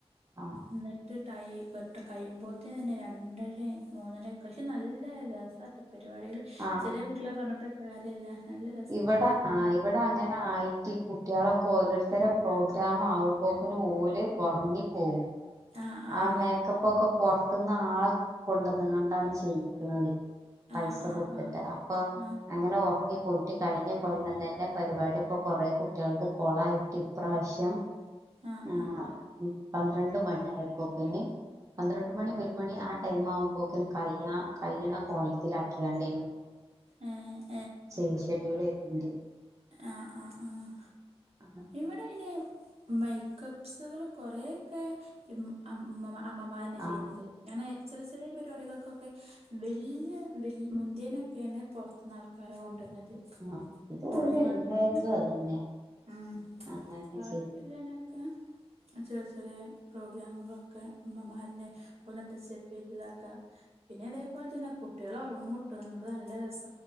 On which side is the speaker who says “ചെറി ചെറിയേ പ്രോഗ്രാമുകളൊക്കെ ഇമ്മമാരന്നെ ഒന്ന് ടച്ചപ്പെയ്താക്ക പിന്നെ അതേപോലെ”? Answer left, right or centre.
Right